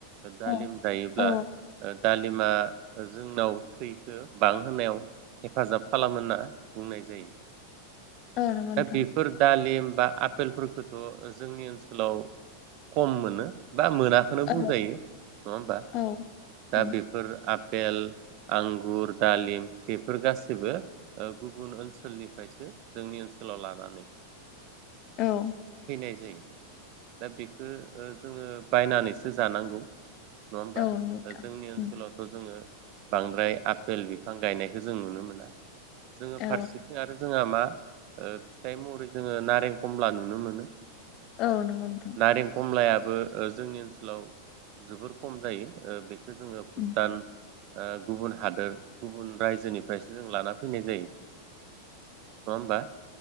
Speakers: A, on the left; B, on the right.
A: औ
B: दालिम जायोब्ला
A: औ
B: दालिमा जोंनाव थैखो बांहोनायाव हेफाजाब खालामो होनना बुंनाय जायो
A: औ नंगौ
B: दा
A: नोंथां
B: बेफोर दालिम बा आपेलफोरखौथ' जोंनि ओनसोलाव खम मोनो बा मोनाखौनो
A: औ
B: बुंजायो नङा होमबा
A: औ
B: दा
A: औ
B: बेफोर आ पेल आंगुर दालिम बेफोर गासिबो गुबुन ओनसोलनिफ्रायसो जोंनि ओनसो सोलाव लानानै
A: औ
B: फैनाय जायो दा बेखौ जोङो बायनानैसो जानांगौ। नङा होमबा
A: औ नंगौ नोंथां
B: जोंनि ओनसोलावथ'
A: उम,
B: जोङो बांद्राय आफेल बिफां गायनायखौ जों नुनो मोना। जोङो
A: औ
B: फारसेथिं आरो जोंहा मा फिथाइ महरै जोङो नारें खमला नुनो मोनो।
A: औ नंगौ नोंथां
B: नारें खमलाया बो जोंनि ओनसोलाव जोबोर खम जायो‌ बे बेखौ जोङो
A: उम,
B: भुटान गुबुन हादोर गुबुन रायजोनिफ्रायसो जों लाना फैनाय जायो। नङा होमबा।